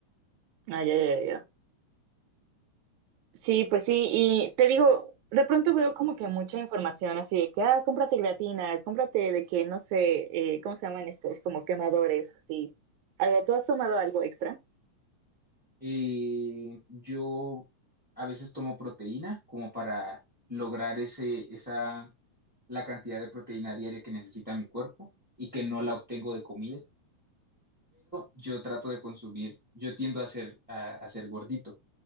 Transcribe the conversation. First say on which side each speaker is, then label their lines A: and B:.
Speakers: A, on the right; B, in the centre.
A: Ah, ya, ya, ya. Sí, pues sí, y te digo, de pronto veo como que mucha información así de que, ah, cómprate creatina, cómprate de que, no sé, eh, ¿cómo se llaman estos? Como quemadores, así. A ver, ¿tú has tomado algo extra?
B: Eh, yo a veces tomo proteína como para lograr ese, esa, la cantidad de proteína diaria que necesita mi cuerpo y que no la obtengo de comida. Yo trato de consumir, yo tiendo a ser, a, a ser gordito,